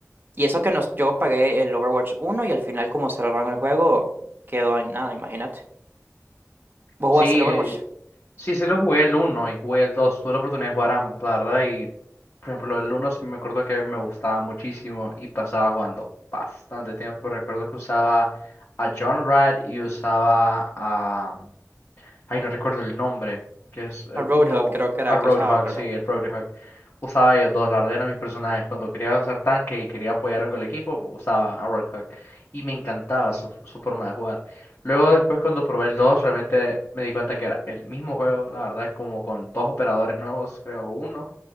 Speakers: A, on the right; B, on the left.
A: Y eso que nos, yo pagué el Overwatch uno y al final como cerraron el juego, quedó en nada, imagínate. Vos
B: Sí,
A: jugaste el Overwatch,
B: sí, sí lo jugué el uno y jugué el 2. Tuve la oportunidad de jugar ambos, la verdad. Y por ejemplo, el uno, sí me acuerdo que a mí me gustaba muchísimo y pasaba jugando bastante tiempo. Recuerdo que usaba a John Rad y usaba a Ay, no recuerdo el nombre, que es eh,
A: al Roadhog
B: uno,
A: creo que era
B: al Roadhog,
A: que usaba, ¿verdad?
B: sí, el Roadhog. Usaba ellos dos, la verdad eran mis personajes. Cuando quería usar tanque y quería apoyar algo al equipo, usaba a Roadhog. Y me encantaba su, su forma de jugar. Luego después cuando probé el 2, realmente me di cuenta que era el mismo juego, la verdad, como con dos operadores nuevos, creo uno.